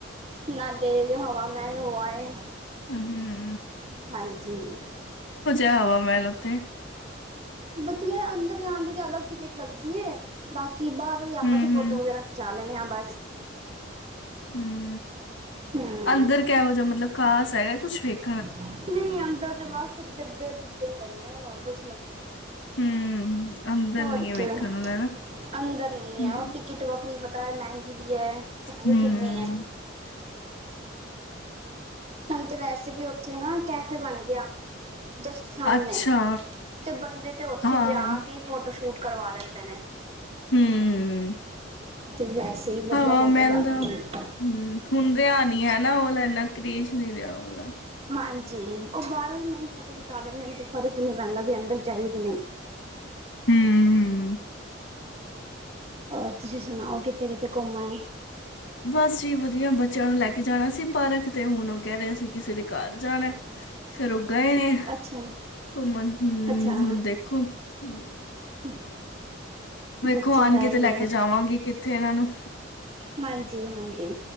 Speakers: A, on the right; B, on the left.
A: ਨਾਲ ਦੇੇਜ ਹਵਾ ਮਹਿਲ ਹੋ ਆਏ
B: ਹਮ
A: ਹਾਂਜੀ
B: ਹਵਾ ਮਹਿਲ ਉੱਥੇ
A: ਵਧੀਆ ਅੰਦਰ ਜਾਣ ਦੀ ਤਾਂ ਅਲੱਗ ਟਿਕਟ ਲੱਗਦੀ ਹੈ ਬਾਕੀ ਕਿ ਬਾਹਰ ਹੋਈ ਆਪਾਂ
B: ਹੂੰ-ਹੂੰ,
A: ਤੇ ਫੋਟੋ ਵਗੈਰਾ ਖਿਚਾ ਲੈਣੇ ਹਾਂ ਬਸ
B: ਹਮ
A: ਹਮ
B: ਅੰਦਰ ਕਿਹੋ ਜਾ ਮਤਲਬ ਖਾਸ ਹੈਗਾ ਕੁੱਛ ਵੇਖ
A: ਨਹੀਂ ਅੰਦਰ ਤੇ ਬਸ ਡੱਬੇ ਡਿੱਬੇ ਹੀ ਬੰਨੇ ਹੋਏ ਨੇ ਹੋਰ ਕੁਛ ਨੀ
B: ਹੂੰ, ਅੰਦਰ
A: ਹੋਰ
B: ਨੀ ਐ
A: ਕੀ
B: ਵੇਖਣ ਆਲਾ ਨਾ।
A: ਅੰਦਰ ਨੀ
B: ਹੂੰ,
A: ਹੈ ਉਹ ਟਿਕਟ ਵੱਖਰੀ ਪਤਾ ਹੈ ਮਹਿੰਗੀ ਵੀ ਹੈ ਪਤਾ ਨੀ
B: ਹੂੰ,
A: ਕਿੰਨੀ ਹੈ ਹੁਣ ਤੇ ਵੈਸੇ ਵੀ ਉੱਥੇ ਨਾ ਕੈਫੇ ਬਣ ਗਿਆ ਜਸਟ ਸਾਹਮਣੇ
B: ਅੱਛਾ
A: ਤੇ ਬੰਦੇ ਤੇ ਉੱਥੇ
B: ਹਾਂ,
A: ਜਾ ਕੇ ਫੋਟੋ ਸ਼ੂਟ ਕਰਵਾ ਲੈਂਦੇ ਨੇ
B: ਹੂੰ
A: ਤੇ ਵੈਸੇ ਹੀ ਵਧੀਆ
B: ਹਵਾ
A: ਫੋਟੋ
B: ਮਹਿਲ
A: ਆ
B: ਦਾ
A: ਜਾਂਦੇ
B: ਹੂੰ
A: ਨੇ
B: ਹੁਣ ਰਿਹਾ ਨਹੀਂ ਹੈ ਨਾ ਹੁਣ ਇੰਨਾ ਕਰੇਜ ਨਹੀਂ ਰਿਹਾ। <inaudible>
A: ਹਾਂਜੀ ਉਹ ਬਾਹਰੋਂ ਹੀ ਮੇਨ ਫੋਟੋ ਖਿਚਾ ਲੈਂਦੇ ਨੇ ਤੇ ਫ਼ਰਕ ਨਹੀਂ ਪੈਂਦਾ ਕਿ ਅੰਦਰ ਜਾਈਏ ਕਿ ਨਹੀਂ
B: ਹੂੰ ਹੂੰ
A: ਔਰ ਤੁਸੀਂ ਸੁਣਾਓ ਕਿਥੇ ਕਿਥੇ ਘੁੰਮ ਆਏ
B: ਬਸ ਜੀ ਵਧੀਆ ਬੱਚਿਆਂ ਨੂੰ ਲੈ ਕੇ ਜਾਣਾ ਸੀ ਪਾਰਕ ਤੇ ਹੁਣ ਉਹ ਕਹਿ ਰਿਹਾ ਸੀ ਕਿਸੇ ਦੇ ਘਰ ਜਾਣਾ ਫੇਰ ਉਹ ਗਏ ਨੇ
A: ਅੱਛਾ
B: ਘੁੰਮਣ ਹੂੰ
A: ਅੱਛਾ
B: ਹੂੰ ਦੇਖੋ ਹੂੰ
A: <inaudible>
B: ਵੇਖੋ
A: ਬੱਚਿਆਂ
B: ਆਣਗੇ
A: ਦਾ
B: ਤੇ
A: ਹੀ
B: ਲੈ
A: ਹੈ
B: ਕੇ ਜਾਵਾਂਗੇ ਕਿੱਥੇ ਇਹਨਾਂ ਨੂੰ
A: ਹਾਂਜੀ ਹਾਂਜੀ